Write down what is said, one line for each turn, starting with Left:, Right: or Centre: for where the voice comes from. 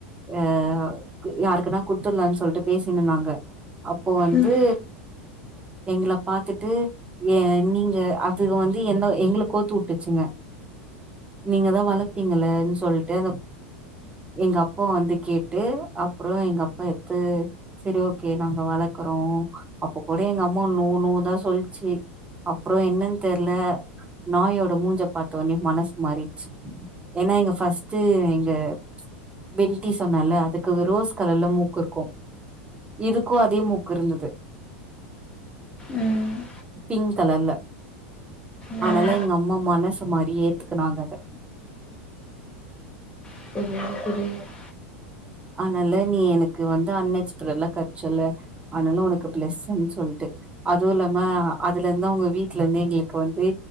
Right: அ யாருக்குன்னா குடுத்துல்லான்னு சொல்ட்டு பேசினு இந்தாங்க அப்போ வந்து
Left: ம்
Right: எங்கள பாத்துட்டு ஏ நீங்க அதுக வந்து என்ன எங்கள கோத்து வுட்டுச்சுங்க நீங்கதா வளப்பீங்களேனு சொல்ட்டு அந்த எங்க அப்பா வந்து கேட்டு அப்புறோ எங்க அப்பா எத்து செரி ஓகே நாங்க வளர்க்கறோ அப்ப கூட எங்க அம்மா நோ நோ தா சொல்ச்சு அப்றோ என்னன்னு தெர்ல நாயோட மூஞ்ச பாத்தோனே மனசு மாறிச்சு ஏன்னா எங்க ஃபஸ்ட் எங்க வி ட்டி சொன்னல்ல அதுக்கு ரோஸ் கலர்ல மூக்கு இருக்கு இதுக்கு அதே மூக்கு இருந்துது
Left: ம்
Right: பிங்க் கலர்ல
Left: ம்
Right: ஆனால எங்க அம்மா மனசு மாரி ஏத்துக்குனாங்க அத
Left: <inaudible>
Right: அதனால நீ எனக்கு வந்து அன்எக்ஸ்பரல்லா கெட்ச்சல்ல ஆனால உனக்கு பிளஸ்ஸுன் சொல்ட்டு அதுவு இல்லாம அதுலந்து அவங்க வீட்ல இருந்து எங்களுக்கு வந்து